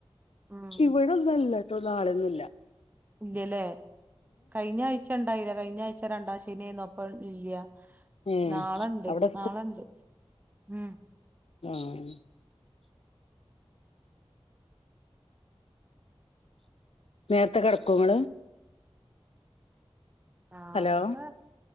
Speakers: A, on the right; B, on the left.
A: ഉം
B: ഇവിടെന്നല്ലട്ടോ നാളൊന്നും ഇല്ല
A: ഇല്ല്യല്ലേ കഴിഞ്ഞ ആഴ്ച ഉണ്ടായില്ല കഴിഞ്ഞ ആഴ്ച രണ്ടാം ശനിയായിന്നും അപ്പം ഇല്ല്യ
B: ഏ
A: നാളെണ്ട്
B: അവിടെ
A: നാളെണ്ട് ഉം
B: ആഹ് നേർത്തെ കിടക്കൊ ഇങ്ങള്
A: നേർത്തെ
B: ഹലോ